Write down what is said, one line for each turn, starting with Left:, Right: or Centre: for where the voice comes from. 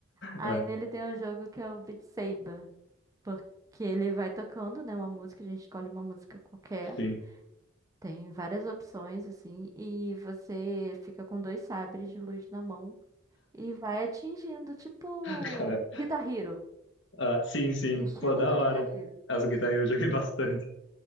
Right: Aí
Left: É,
Right: nele tem um jogo que é o Beat Saber. Porque ele vai tocando, né? Uma música, a gente escolhe uma música qualquer.
Left: sim.
Right: Tem várias opções, assim. E você fica com dois sabres de luz na mão. E vai atingindo, tipo.
Left: <laughs>
Right: Guitar Hero.
Left: Ah, sim, sim.
Right: No estilo
Left: Pô, da
Right: do
Left: hora.
Right: Guitar Hero.
Left: Essa Guitar Hero eu joguei <laughs> bastante.